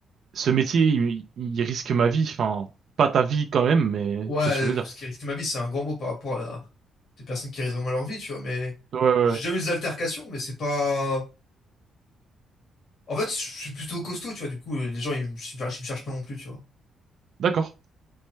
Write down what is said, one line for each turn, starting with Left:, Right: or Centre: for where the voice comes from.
Right: ce métier, il, il risque ma vie. Enfin, pas ta vie quand même, mais
Left: ouais,
Right: tu vois ce que je veux dire.
Left: ce qui risque ma vie, c'est un grand mot par rapport à des personnes qui risquent vraiment leur vie, tu vois, mais
Right: Ouais, ouais,
Left: j'ai
Right: ouais.
Left: déjà eu des altercations, mais c'est pas. En fait, je suis plutôt costaud, tu vois, du coup, les gens, ils me, ils me cherchent pas non plus, tu vois.
Right: D'accord.